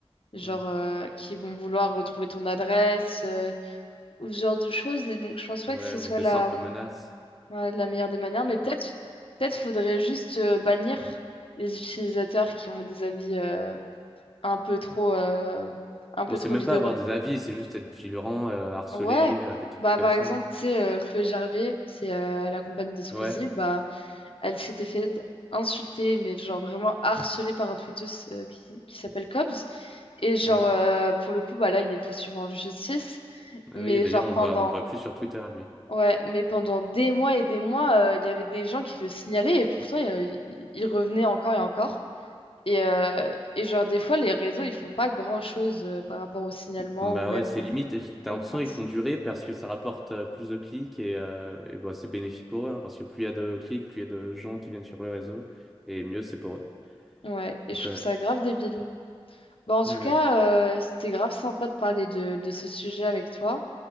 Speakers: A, on the left; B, in the centre.
A: Genre,
B: Hmm.
A: euh, qui vont vouloir retrouver ton adresse, euh, ou ce genre de choses. Et donc, je pense pas
B: Ouais,
A: que ce
B: ou
A: soit
B: des
A: la,
B: simples menaces.
A: Ouais, de la meilleure des manières, mais peut-être peut-être faudrait juste euh, bannir les utilisateurs qui ont des avis euh, un peu trop euh, un peu
B: On sait
A: trop
B: même
A: véreux.
B: pas avoir des avis, c'est juste être vigilant, euh, harcelé,
A: Ouais.
B: euh, des trucs
A: Bah
B: comme
A: par
B: ça.
A: exemple,
B: hein.
A: tu sais euh, Chloé Gervais, c'est euh, la compagne de Squeezie,
B: Ouais,
A: bah elle s'était fait insulter mais genre vraiment harcelée par un tweetos euh, qui, qui s'appelle Cobbs et genre
B: ouais.
A: euh, pour le coup bah là il est poursuivi en justice
B: Ah
A: mais
B: oui, d'ailleurs,
A: genre
B: on le
A: pendant
B: voit, on le voit plus sur Twitter, lui.
A: Ouais, mais pendant des mois et des mois, euh, il y avait des gens qui le signalaient et pourtant euh, ils ils revenaient encore et encore. Et, euh, et genre des fois, les réseaux, ils font pas grand-chose euh, par rapport au signalement
B: Bah
A: ou même
B: ouais, c'est
A: euh,
B: limite, et t'as
A: aux
B: l'impression
A: plaintes.
B: qu'ils font durer parce que ça rapporte euh, plus de clics et, euh, et bah, c'est bénéfique pour eux, hein, parce que plus il y a de clics, plus il y a de gens qui viennent sur le réseau, et mieux c'est pour eux.
A: Ouais, et
B: Donc
A: je trouve
B: ouais,
A: ça grave débile. Bon, en tout
B: ouais.
A: cas, euh, c'était grave sympa de parler de, de ce sujet avec toi.